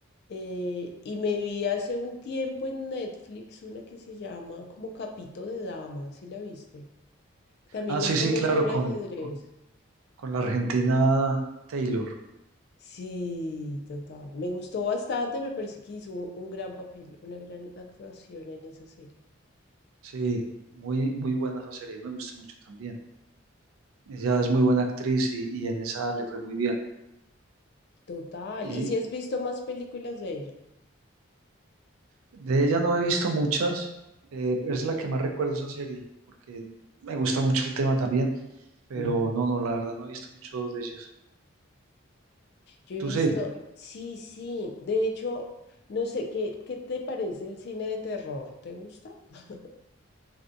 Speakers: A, on the left; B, on the right.
A: eh, y me vi hace un tiempo en Netflix una que se llama como Capito de Dama, si la viste? También
B: Ah, sí,
A: es como
B: sí, claro,
A: sobre
B: con,
A: ajedrez.
B: con, con la argentina Taylor.
A: Sí, total. Me gustó bastante, me parece que hizo un, un gran papel, una gran actuación en esa serie.
B: Sí, muy, muy buena esa serie, me gustó mucho también. Ella es muy buena actriz y, y en esa le fue muy bien.
A: Total.
B: Y
A: ¿Y si has visto más películas de
B: de ella no he visto muchas, eh, es la que más recuerdo esa serie, porque me gusta mucho el tema también, pero
A: ella?
B: no, no, la verdad no he visto mucho de ellas.
A: Yo he
B: Tú
A: visto,
B: sí.
A: sí, sí, de hecho, no sé, ¿qué, qué te parece el cine de terror? ¿Te gusta? <laughs>